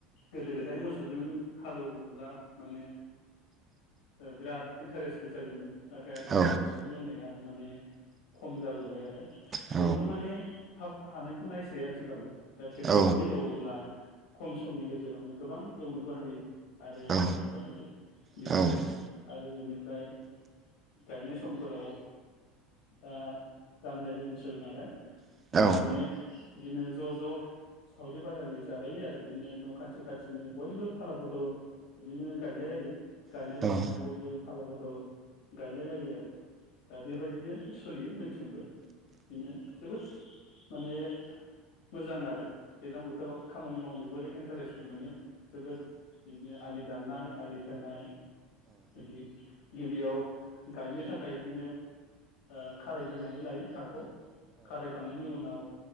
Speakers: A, on the left; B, on the right.
A: गोदो गोदाय मोसौजों हालेवोमब्ला माने बिराद इन्टारेस्टबो जायोमोन नाथाय आथिखालाव
B: औ
A: मोसौजों एवनाया माने खम जाबोबाय आरो
B: औ
A: बयबो माने थाब हानायखौ नायसै आथिखालाव दा ट्रेक्टरफोरजों
B: औ
A: एवोब्ला खम समनि गेजेरावनो गोबां एवनोबो हायो आरो
B: औ
A: गायनोबो हायो बिदि
B: औ
A: आरो
B: औ
A: आरो बिनिफ्राय गायनाय समफोराव दा गामियारि ओनसोल नालाय
B: औ
A: दामाने
B: औ
A: बिदिनो ज' ज' सावरि बादालि जालायो आरो बिदिनो न' खाथि खाथिनि बयबो फाला बदल बिदिनो गायलाय लायो गायनाय
B: औ
A: फुनाय बयबो फाला बदल गायलाय लायो आरो दा बेबायदिनो सोलियो जों थिंबो बिदिनो जोबोद माने मोजां आरो दैलां बोथोराव खामानि मावनोबो इन्टारेस्टबो मोनो जोबोद बिनिया आलि दाननाय आलि खोनाय बिदि गिबियाव गायनो थाखाय बिदिनो ओ खारायग्रोनानै लायो हाखौ खारायखांनायनि उनाव